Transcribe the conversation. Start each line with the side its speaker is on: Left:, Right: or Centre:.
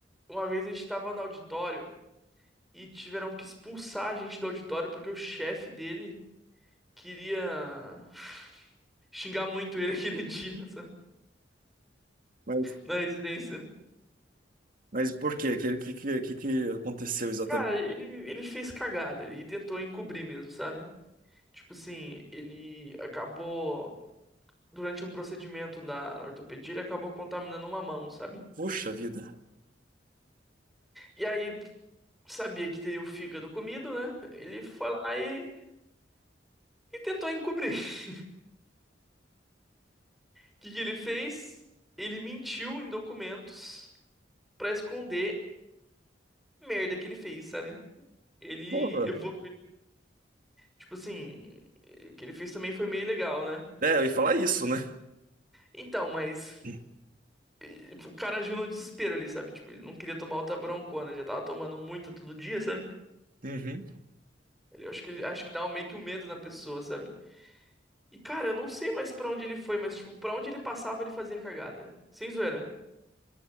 Centre: uma vez a gente tava no auditório e tiveram que expulsar a gente do auditório porque o chefe dele queria <laughs> xingar muito ele aquele dia, sabe?
Right: Mas,
Centre: Na residência.
Right: mas por quê? Que, que, que, que que aconteceu exatamente?
Centre: Cara, ele, ele fez cagada e tentou encobrir mesmo, sabe? Tipo assim, ele acabou. durante um procedimento na, na ortopedia, ele acabou contaminando uma mão, sabe?
Right: Puxa vida.
Centre: E aí, sabia que teria o fígado comido, né? Ele foi lá e, e tentou encobrir. <laughs> O que que ele fez? Ele mentiu em documentos pra esconder a merda que ele fez, sabe? Ele
Right: Porra.
Centre: evoluiu. Tipo assim, o que ele fez também foi meio legal, né?
Right: É, eu ia falar isso, né?
Centre: Então, mas
Right: Hum.
Centre: eh, o cara agiu no desespero ali, sabe? Tipo, ele não queria tomar outra broncona, já tava tomando muita todo dia, sabe?
Right: Uhum.
Centre: Ele, acho que, ele- acho que dá um- meio que um medo na pessoa, sabe? E, cara, eu não sei mais pra onde ele foi, mas, tipo, pra onde ele passava, ele fazia cagada. Sem zoeira.